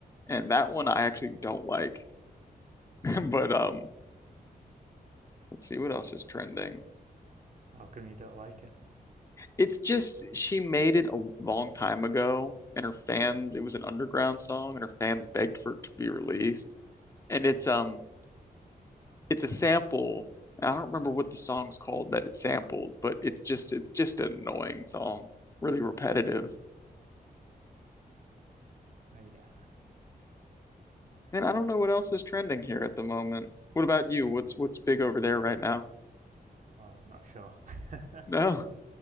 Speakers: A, on the left; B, on the right.
A: and that one I actually don't like. <laughs> but um, let's see what else is trending.
B: how come you don't like it?
A: It's just she made it a long time ago, and her fans. It was an underground song, and her fans begged for it to be released. And it's
B: Oh,
A: um, it's a sample. I don't remember what the song's called that it sampled, but it's just it's just an annoying song, really repetitive.
B: oh yeah.
A: And I don't know what else is trending here at the moment. What about you? What's what's big over there right now?
B: Oh, I'm not sure. <laughs>
A: No,